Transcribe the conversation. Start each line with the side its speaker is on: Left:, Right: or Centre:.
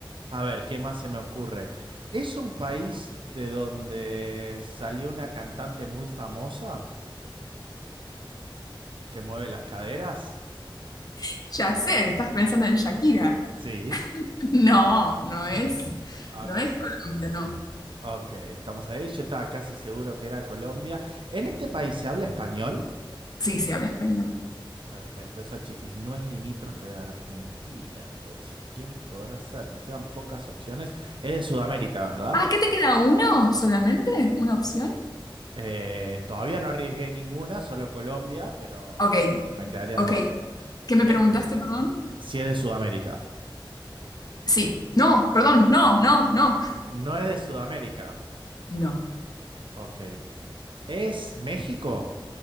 Right: A ver, ¿qué más se me ocurre? ¿Es un país de donde salió una cantante muy famosa que mueve las caderas?
Left: <laughs> ya sé, estás pensando en Shakira. <laughs>
Right: Sí.
Left: No, no es,
Right: Ok,
Left: no es Colombia, no.
Right: ok, estamos ahí. Yo estaba casi seguro que era Colombia. ¿En este país se habla español?
Left: Sí, sí, habla español.
Right: Perfecto, esa chica y no es limítrofe de Argentina, entonces, ¿quién podrá ser? Me quedan pocas opciones. Es de Sudamérica, ¿verdad?
Left: Ah, ¿qué te queda uno solamente? ¿Una opción?
Right: Eh, todavía no arriesgué ninguna, solo Colombia, pero
Left: Ok,
Right: me quedarían
Left: ok.
Right: dos.
Left: ¿Qué me preguntaste,
Right: Eh,
Left: perdón?
Right: Si es de Sudamérica.
Left: Sí, no, perdón, no, no, no.
Right: No es de Sudamérica.
Left: No,
Right: Ok. ¿Es México?